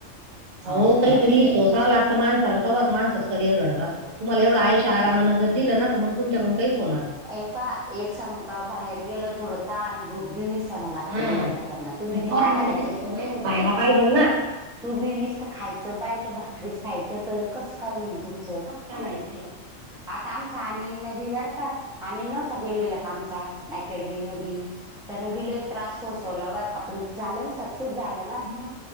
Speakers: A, in the centre; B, on the right.
A: हाव
B: आओ कायतरी
A: का
B: सोसावं लागतं माणसाला तवाच माणसांच करिअर घडत असत तुम्हाला एवढ आयषा आरामानं जर दिलं ना तर मंग तुमच्याकडून काहीच होणार नाई.
A: हे पहा एक सांगु का बाहेर गेल थोड ताहाण भूक बी विस राला
B: नाही
A: लागते
B: हम्म.
A: विद्यार्थ्यांना तुम्ही
B: पोरांना
A: निसत खायचं
B: त्याची सवय
A: बी
B: व्हायला पाहिजे
A: म
B: ना
A: तुम्ही निसत खायचं पाहिलं भाकरीच खायचं त कसं काय होईल तुम
B: कस काय व्हायचंय.
A: आता आमच्या अनिल न बी बर का अनिल नव्हता गेलेला का आमचा अकॅडमीमध्ये त्यानं बी लय त्रास सोसवलाय बरं का पण झालं न सक्सेस झाला
B: म